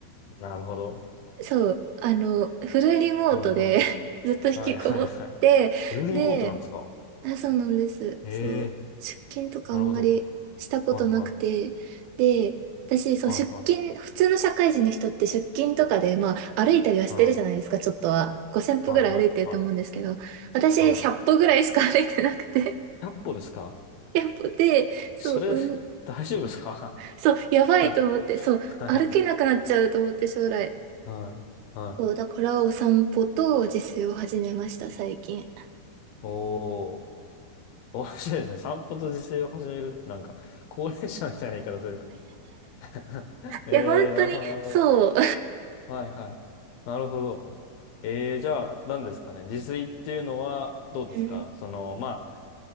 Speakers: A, on the left (about 75°); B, on the right (about 80°).
A: なるほど。
B: そう、あの、フルリモートで
A: はいはい。
B: <laughs> ずっと引きこもって、
A: はいはいはい。フルリモートなんですか
B: で、あ、そうなんです。
A: ええ
B: そう。出勤とかあんまりしたことなくて。
A: ー、なるほど。はいはい。
B: で、私、そう、
A: はいはい。
B: 出勤、普通の社会人の人って出勤とかで、まあ、歩いたりはしてるじゃないですか、
A: はい
B: ちょっとは。5000歩ぐらい歩いてると思うんですけど、
A: はいはいは
B: 私、
A: い。はい。
B: 100歩ぐらいしか歩いてなくて。
A: ひゃっ歩ですか
B: <laughs> 100歩で、そう、
A: それ、
B: うん、
A: <laughs> 大丈夫ですか <laughs>
B: そう、やばいと思って、
A: はい。
B: そう、歩けなくなっちゃうと思って、将来。
A: はい。はい。
B: そう、だからお散歩と自炊を始めました、最近。い
A: おー。面白いですね。散歩と自炊を始めるってなんか、高齢者みたいな言い方するか。<laughs> ええー、
B: や、本当に、
A: なるほど、なるほど。
B: そう。
A: はい、はい。なるほど。ええー、じゃあ、何ですかね。自炊っていうのは、どうですかその、
B: うん。
A: まあ、